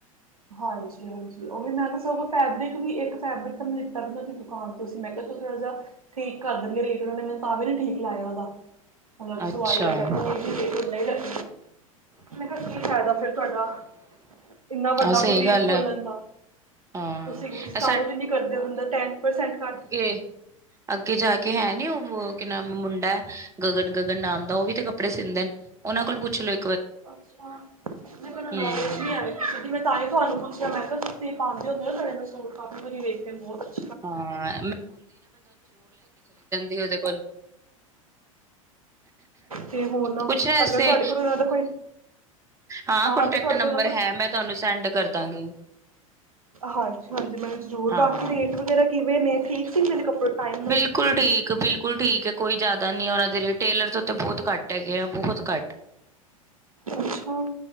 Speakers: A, on the right; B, on the right.
A: ਹਾਂਜੀ-ਹਾਂਜੀ ਓ ਵੀ ਮੈਂ ਕਿਆ ਫੈਬਰਿਕ ਵੀ ਇੱਕ ਫੈਬਰਿਕ ਤਾਂ ਮੈਂ ਲਿੱਤਾ ਵੀ ਹਾਂ ਤੁਸੀਂ ਮੈਂ ਕਿਆ ਤੂੰ ਥੋੜ੍ਹਾ ਜਿਹਾ ਠੀਕ ਕਰ ਦਿੰਗੇ ਰੇਟ ਉਹਨਾਂ ਨੇ ਭਾਵੇੇ ਨੇ ਠੀਕ ਲਾਇਆ ਉਹਦਾ ਮਤਲਬ
B: ਅੱਛਾ
A: ਸਵਾਈ <unintelligible> ਦਾ ਬੈਠ
B: ਹਮ
A: ਰੱਖ ਮੈਂ ਕਿਆ ਕੀ ਫਾਇਦਾ ਫਿਰ ਤੁਹਾਡਾ ਇੰਨਾ ਵੱਡਾ
B: ਆਹ ਸਹੀ
A: ਬੁਟੀਕ
B: ਗੱਲ
A: ਖੋਲਣ
B: ਹੈ
A: ਦਾ
B: ਹਾਂ
A: ਤੁਸੀਂ ਡਿਸਕਾਊਂਟ ਈ ਨਈ ਕਰਦੇ ਬੰਦਾ ਟੈਨ ਪਰਸੈਂਟ ਘੱਟ
B: ਕਿ ਅੱਗੇ ਜਾ ਕੇ ਹੈ ਨੀ ਓ ਕੀ ਨਾਮ ਮੁੰਡਾ। ਗਗਨ-ਗਗਨ ਨਾਮ ਦਾ ਓ ਵੀ ਤੇ ਕੱਪੜੇ ਸਿੰਦੇ ਨੇ ਉਹਨਾਂ ਕੋਲ ਪੁੱਛ ਲਓ।
A: ਅੱਛਾ ਨਈ ਕੋ ਨੌਲੇਜ
B: ਹੂੰ
A: ਨੀ ਆਵੇ। ਮੈਂ ਤਾ ਹੀ ਤੁਹਾਨੂੰ ਪੁੱਛਿਆ ਮੈਂ ਕਿਆ ਤੁਸੀਂ ਪਾਂਦੇ ਹੁੰਦੇ ਨਾ ਸੂਟ ਕਾਫੀ ਵਰੀ ਵੇਖਣ ਬੋਤ <inaudible>
B: ਹਾਂ ਕਿ ਉਹਦੇ ਕੋਲ
A: ਤੇ ਹੁਣ
B: ਪੁੱਛਣਾ ਐਸੇ
A: ਅਗਰ ਤੁਆਡੇ ਕੋਲ ਓਨਾਂ ਦਾ ਕੋਈ
B: ਹਾਂ ਕੋਂਟੈਕਟ
A: ਅਗਰ ਤੁਹਾਡੇ
B: ਨੰਬਰ
A: ਕੋਲ
B: ਹੈ ਮੈਂ ਤੁਆਨੂੰ ਸੈਂਡ ਕਰਦਾਂਗੀ।
A: ਹਾਂਜੀ-ਹਾਂਜੀ ਮੈ ਜਰੂਰ
B: ਹਾਂ
A: ਬਾਕੀ ਰੇਟ ਵਗੈਰਾ ਕਿਵੇਂ ਨੇ, ਠੀਕ ਸੀ ਮੇਰੇ ਕੱਪੜ <unintelligible>
B: ਬਿਲਕੁਲ ਠੀਕ, ਬਿਲਕੁਲ ਠੀਕ। ਕੋਈ ਜਾਦਾ ਨੀ ਆ ਓਨਾਂ ਦੇ ਲੇ ਟੇਲਰ ਤੋਂ ਤੇ ਬੋਹੋਤ ਘੱਟ ਹੈਗੇ ਆ, ਬੋਹੋਤ ਘੱਟ।
A: ਅੱਛਾ